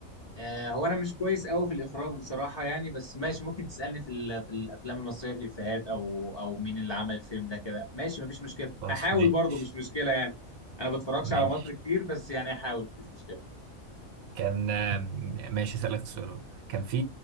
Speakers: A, on the left (about 30°); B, on the right (about 80°).
A: آه، هو انا مش كويس قوي في الاخراج بصراحه يعني بس ماشي ممكن تسالني في ال- في الافلام المصريه في الافيهات او او مين اللي عمل الفيلم ده كده ماشي مفيش مشكله
B: خلاص
A: هحاول
B: ماشي
A: برضه مش مشكله يعني انا ما بتفرجش
B: ماشي
A: على مصر كتير بس يعني هحاول مفيش مشكله
B: كان أم، ماشي أسألك سؤال كان في